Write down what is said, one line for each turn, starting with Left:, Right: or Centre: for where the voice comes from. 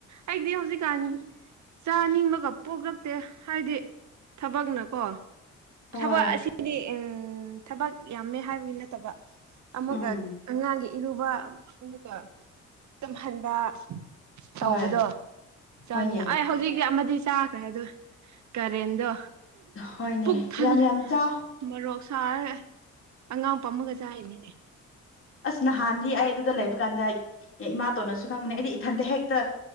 Right: ꯑꯩꯗꯤ ꯍꯧꯖꯤꯛꯀꯥꯟ꯫ ꯆꯥꯅꯤꯡꯕꯒ ꯄꯣꯛꯂꯛꯇꯦ ꯍꯥꯏꯗꯤ ꯊꯕꯛꯅꯀꯣ꯫
Left: ꯍꯣꯏ
Right: ꯊꯕꯛ ꯑꯁꯤꯗꯤ ꯎꯝ ꯊꯕꯛ ꯌꯥꯝꯃꯦ ꯍꯥꯏꯕꯒꯤ ꯅꯠꯇꯕ꯫ ꯑꯃꯒ
Left: ꯎꯝ
Right: ꯑꯉꯥꯡꯒꯤ ꯏꯔꯨꯕ ꯑꯃꯒ ꯇꯨꯝꯍꯟꯕ꯫ ꯇꯧꯕꯗꯣ
Left: ꯍꯣꯏ
Right: ꯆꯥꯅꯤꯡꯉ
Left: ꯍꯣꯏꯅꯦ
Right: ꯑꯩ ꯍꯧꯖꯤꯛꯇꯤ ꯑꯃꯗꯤ ꯆꯥ꯫ ꯈꯔꯦꯑꯗꯨ ꯀꯔꯦꯟꯗꯣ
Left: ꯍꯣꯏꯅꯦ
Right: ꯄꯨꯛ ꯊꯜ꯫
Left: ꯌꯥꯝ ꯌꯥꯝ ꯆꯥꯎ
Right: ꯃꯣꯔꯣꯛ ꯁꯥꯔꯦ ꯑꯉꯥꯡ ꯄꯃꯒ ꯆꯥꯔꯤꯅꯤꯅꯦ꯫
Left: ꯑꯁ ꯅꯍꯥꯟꯗꯤ ꯑꯩ ꯑꯗꯨꯗ ꯂꯩꯕ ꯀꯥꯟꯗ ꯏꯃꯥ ꯇꯣꯟꯅꯁꯨ ꯈꯪꯕꯅꯦ ꯑꯩꯗꯤ ꯏꯊꯟꯇ ꯍꯦꯛꯇ꯫